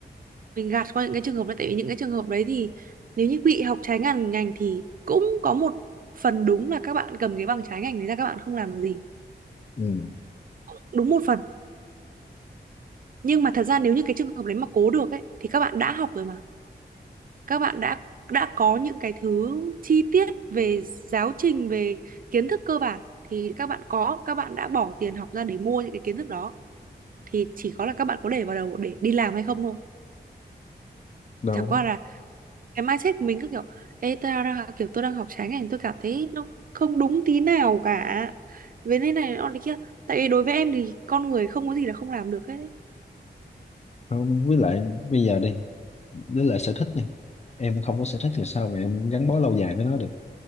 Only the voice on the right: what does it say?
mình gạt qua những cái trường hợp đấy tại vì những cái trường hợp đấy thì nếu như bị học trái ngành ngành thì cũng có một phần đúng là các bạn cầm cái bằng trái ngành đấy ra các bạn không làm được gì
cũng đúng một phần nhưng mà thật ra nếu như cái trường hợp đấy mà cố được ấy thì các bạn đã học rồi mà các bạn đã đã có những cái thứ chi tiết về giáo trình về kiến thức cơ bản thì các bạn có các bạn đã bỏ tiền học ra để mua những cái kiến thức đó thì chỉ có là các bạn có để vào đầu để đi làm hay không thôi
chẳng qua là cái mindset của mình cứ kiểu ê tôi đang- kiểu tôi đang học trái ngành tôi cảm thấy nó không đúng tí nào cả với thế này nó thế kia tại vì đối với em thì con người không có gì là không làm được hết ấy.